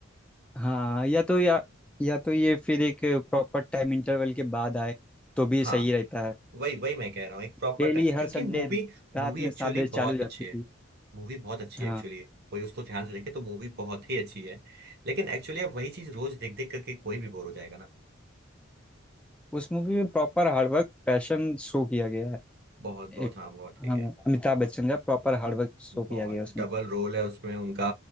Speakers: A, in the centre; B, on the right.
A: हाँ या तो या या तो ये फिर एक प्रॉपर टाइम इंटरवल के बाद आए तो भी
B: हाँ
A: सही रहता है
B: वही वही मैं कह रहा हूँ एक प्रॉपर
A: डेली
B: टाइम क्योंकि
A: हर संडे
B: मूवी
A: रात
B: मूवी
A: में
B: एक्चुअली
A: सात बजे
B: बहुत
A: चालू जाती
B: अच्छी है
A: थी
B: मूवी बहुत अच्छी
A: हाँ
B: है एक्चुअली कोई उसको ध्यान से देखे तो मूवी बहुत ही अच्छी है लेकिन एक्चुअली अब वही चीज रोज देख देख करके कोई भी बोर हो जाएगा ना
A: उस मूवी में प्रॉपर हार्डवर्क पैशन शो किया गया है
B: बहुत बहुत
A: एक
B: हाँ बहुत ही
A: हाँ
B: है
A: अमिताभ बच्चन का प्रॉपर हार्डवर्क शो
B: बहुत
A: किया गया है उसमें
B: डबल रोल है उसमें उनका